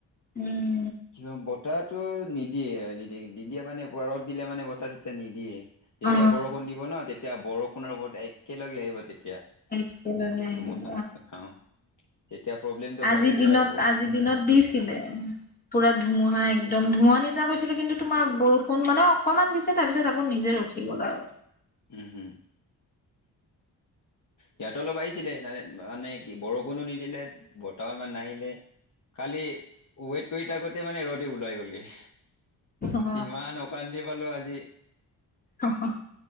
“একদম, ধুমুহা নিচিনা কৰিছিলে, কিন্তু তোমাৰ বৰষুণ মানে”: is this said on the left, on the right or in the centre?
Left